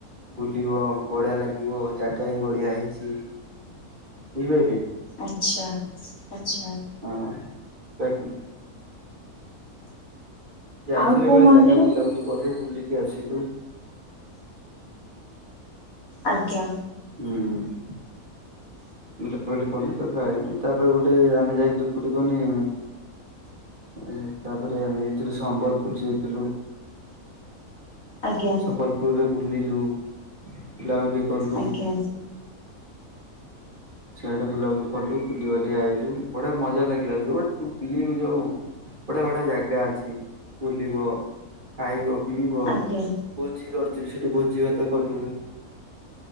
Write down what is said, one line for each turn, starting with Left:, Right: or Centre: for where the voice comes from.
Right: ବୁଲିବ ବଢିଆ ଲାଗିବ ଜାଗା ବି ବଢିଆ ହେଇଚି ବୁଝିପାଇଲେ।
Left: ଆଚ୍ଛା ଆଚ୍ଛା।
Right: ହଁ ସେଠି ଯାଇଥିଲୁ
Left: ଆଉ କୋଉ
Right: ଏଇଭଳିଆ
Left: ମନ୍ଦିର
Right: ଜାଗା ବୁଲାବୁଲି କଲୁ ବୁଲିକି ଆସିଲୁ।
Left: ଆଜ୍ଞା।
Right: ହୁଁ। ବୁଲା ବୁଲି କଲୁ ତାପରେ ଆଇଲୁ ତାପରେ ଗୋଟେ ଆମେ ଯାଇଛୁ କୋଠି କୁଅନି। ହୁଁ ତାପରେ ଆମେ ଯାଇଥିଲୁ ସମ୍ବଲପୁର ଯାଇଥିଲୁ।
Left: ଆଜ୍ଞା।
Right: ସମ୍ବଲପୁରରେ ବୁଲିଲୁ ବୁଲାବୁଲି କଲୁ।
Left: ଆଜ୍ଞା
Right: ସିଆଡେ ବୁଲାବୁଲି କଲୁ ବୁଲିିବାଲି ଆଇଲୁ ବଢିଆ ମଜା ଲାଗିଲା ଯୁଆଡ଼େ ବି ବୁଲିବାକୁ ଯାଉ ବଢ଼ିଆ ବଢ଼ିଆ ଜାଗା ଅଛି ବୁଲିବ। ଖାଇବ ପିଇବ
Left: ଆଜ୍ଞା
Right: ଭୋଜି କରିଥିଲୁ ସେଠି ଭୋଜି ଭାତ କଲୁ।